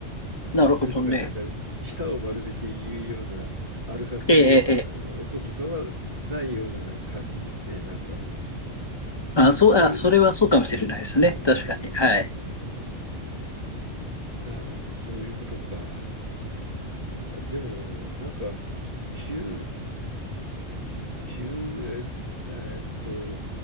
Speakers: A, on the left; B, on the right.
A: なるほどね。
B: それとか、なんか、舌を丸めて言うような、歩かするような音とかはないような感じですね、
A: ええ、ええ。ええ
B: なんか。
A: あ、そう、
B: そういう、
A: あ、それはそうかもしれないですね。
B: うんうんうんうんうんうん
A: 確かに。はい。
B: ああ、そういうことか。でも、なんか、急、急、ええーっと、